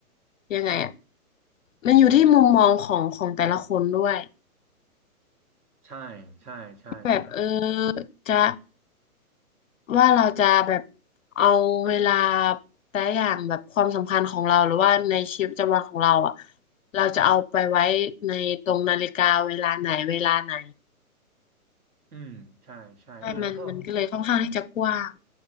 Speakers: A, on the left; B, on the right.
A: ยังไงอ่ะมันอยู่ที่มุมมองของของแต่ละคนด้วย
B: ใช่ใช่ใช่
A: แบบเออจะว่าเราจะแบบเอาเวลาแต่อย่างแบบความสำคัญของเรา หรือว่าในชีวิตประจำวันของเราอ่ะเราจะเอาไปไว้ในตรงนาฬิกาเวลาไหนเวลาไหน
B: อืมใช่ใช่เออแล้วก็
A: ใช่มันมันก็เลยค่อนข้างที่จะกว้าง